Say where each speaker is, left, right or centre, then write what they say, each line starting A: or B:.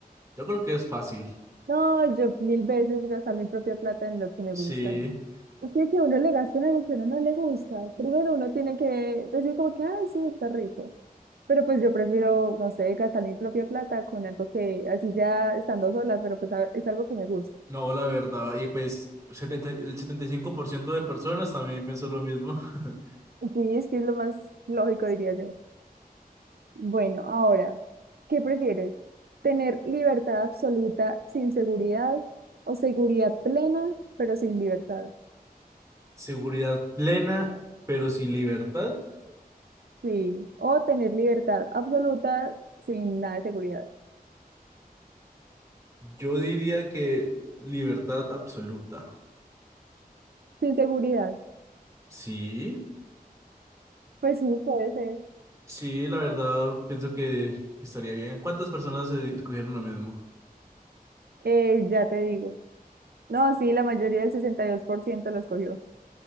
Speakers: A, on the right; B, on the right.
A: Yo creo que es fácil.
B: No, yo mil veces gastar mi propia plata en lo que me
A: Sí,
B: gusta. Es que que uno le gaste en algo que uno no le gusta. Primero uno tiene que decir como que, ay, sí, está rico. Pero pues yo prefiero, no sé, gastar mi propia plata con algo que, así sea estando sola, pero pues a- es algo que me gusta.
A: no, la verdad. Y pues 70 el 75% de personas también pensó lo mismo. <laughs>
B: Sí, es que es lo más lógico, diría yo. Bueno, ahora, ¿qué prefieres? ¿Tener libertad absoluta sin seguridad o seguridad plena, pero sin libertad?
A: Seguridad plena, pero sin libertad.
B: Sí, o tener libertad absoluta sin nada de seguridad.
A: Yo diría que libertad absoluta.
B: Sin seguridad,
A: Sí,
B: Pues sí, puede ser.
A: Sí, la verdad, pienso que, que estaría bien. ¿Cuántas personas eh, escogieron lo mismo?
B: eh, ya te digo. No, sí, la mayoría del 62% lo escogió.